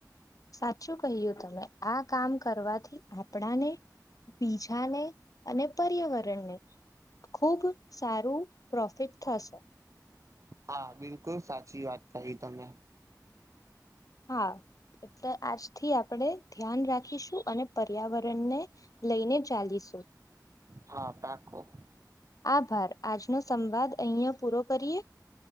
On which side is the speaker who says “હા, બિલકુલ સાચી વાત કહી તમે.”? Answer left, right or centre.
Right